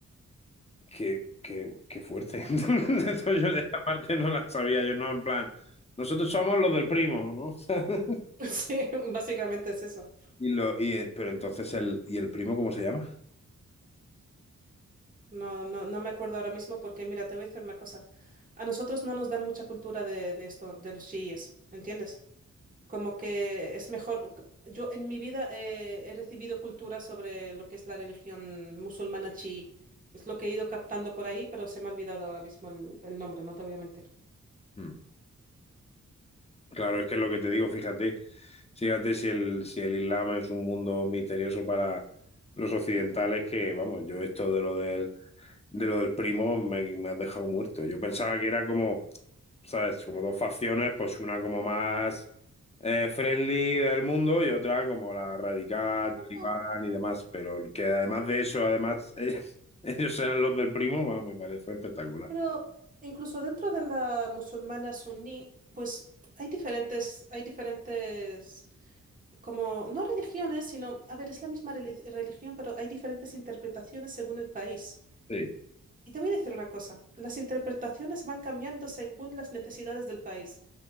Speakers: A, on the left; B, on the right.
A: Qué, qué- qué fuerte. <laughs> Eso yo de esta parte no la sabía, yo no, en plan, nosotros somos los del primo, ¿no? <laughs>
B: <laughs> Sí, básicamente es eso.
A: Y lo, y, eh, pero entonces el, ¿y el primo cómo se llama?
B: No, no, no me acuerdo ahora mismo porque, mira, te voy a decir una cosa. A nosotros no nos dan mucha cultura de, de esto, de los chiíes, ¿entiendes? Como que es mejor. Yo en mi vida eh, he, recibido cultura sobre lo que es la religión musulmana chií. Es lo que he ido captando por ahí, pero se me ha olvidado ahora mismo el, el nombre, no te voy a mentir.
A: Mm. Claro, es que es lo que te digo, fíjate, fíjate si el, si el Islam es un mundo misterioso para los occidentales, que vamos, yo esto de lo del, de lo del primo me, me has dejado muerto. Yo pensaba que era como ¿sabes? Como dos facciones, pues una como más eh, friendly del mundo y otra como la radical, talibán
B: No.
A: y demás. Pero que además de eso, además, <laughs> eh, ellos sean los del primo, va, me parece espectacular.
B: Pero incluso dentro de la musulmana suní, pues hay diferentes, hay diferentes. como, no religiones, sino, a ver, es la misma reli- religión, pero hay diferentes interpretaciones según el país.
A: Sí.
B: Y te voy a decir una cosa, las interpretaciones van cambiando según las necesidades del país.